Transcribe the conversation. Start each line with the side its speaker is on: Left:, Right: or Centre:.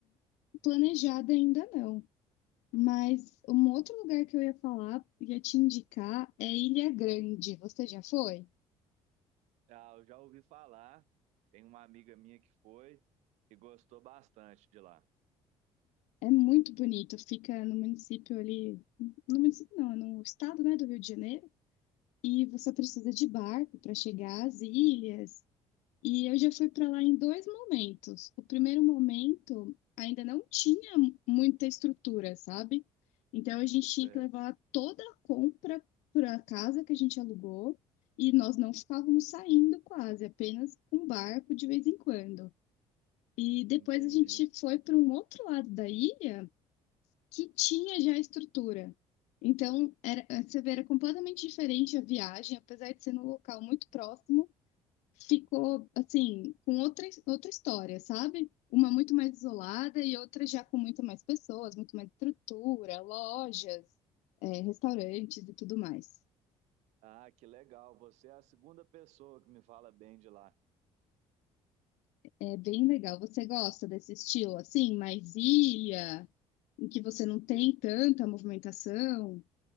Left: planejado ainda não. Mas um outro lugar que eu ia falar, ia te indicar, é Ilha Grande. Você já foi?
Right: Ah, eu já ouvi falar. Tem uma amiga minha que foi e gostou bastante de lá.
Left: É muito bonito, fica no município ali, no município não, é no estado, né, do Rio de Janeiro. E você precisa de barco para chegar às ilhas. E eu já fui para lá em dois momentos. O primeiro momento ainda não tinha muita estrutura, sabe? Então a gente tinha
Right: Cê-
Left: que levar toda a compra para a casa que a gente alugou e nós não ficávamos saindo quase, apenas com barco de vez em quando. E depois
Right: Entendi.
Left: a gente foi para um outro lado da ilha que tinha já estrutura. Então, era, você vê, era completamente diferente a viagem, apesar de ser num local muito próximo, ficou, assim, com outra, outra história, sabe? Uma muito mais isolada e outra já com muito mais pessoas, muito mais estrutura, lojas, é, restaurantes e tudo mais.
Right: Ah, que legal. Você é a segunda pessoa que me fala bem de lá.
Left: É bem legal. Você gosta desse estilo, assim, mais ilha, em que você não tem
Right: Eu,
Left: tanta movimentação?